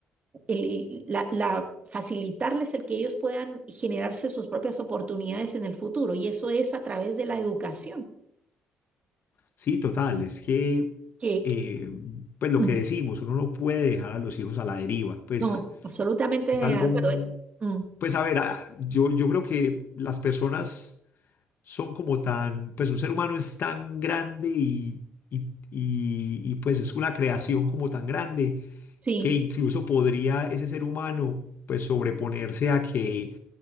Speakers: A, on the right (about 35°); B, on the left (about 55°).
A: el- la, la- facilitarles el que ellos puedan generarse sus propias oportunidades en el futuro. Y eso es a través de la educación.
B: Sí, total, es que,
A: Que,
B: eh,
A: que-
B: pues lo
A: mm,
B: que decimos, uno no puede dejar a los hijos a la deriva, pues
A: no, absolutamente
B: Es
A: de
B: algo
A: acuerdo.
B: muy...
A: eh. Mm,
B: Pues a ver, a- yo, yo creo que las personas son como tan, pues un ser humano es tan grande y, y, y- y, pues es una creación como tan grande
A: sí,
B: que incluso podría ese ser humano pues sobreponerse a que,